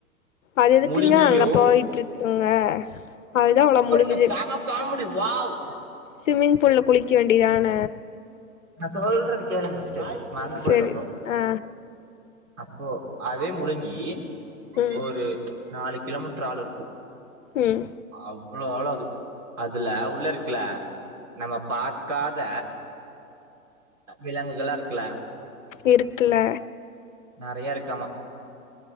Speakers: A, on the left; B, on the right.
A: அது எதுக்குங்க
B: முழுங்கியு
A: அங்க போயிட்டு இருக்கு குங்க அதுதான்
B: சூப்பருங்க
A: அவ்வளவு முழுகுது
B: செம காமெடி வாவ்
A: ஸ்விமிங் பூல்ல குளிக்க வேண்டியதான
B: நான் சொல்றது கேளுங்க மறந்து போயிரும்
A: செரி
B: அப்பறம்
A: ஆ
B: அப்போ அதே முழுங்கி
A: ம்
B: ஒரு நாலு கிலோமீட்டர் ஆழம் இருக்கும்
A: ம்
B: அவ்வளோ ஆழம் அதுல உள்ள இருக்குல நம்ம பாக்காத விலங்குகளாம் இருக்குல
A: இருக்குல
B: நிறைய இருக்காமா